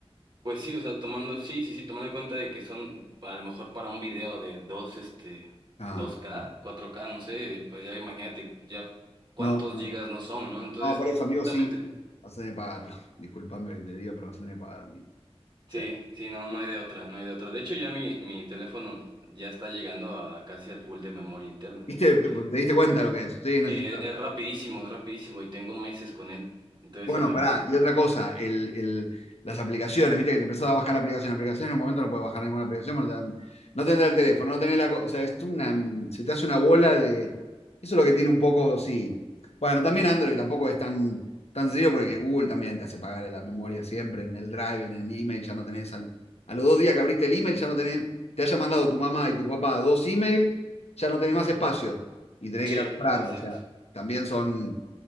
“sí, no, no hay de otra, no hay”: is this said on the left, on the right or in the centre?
Right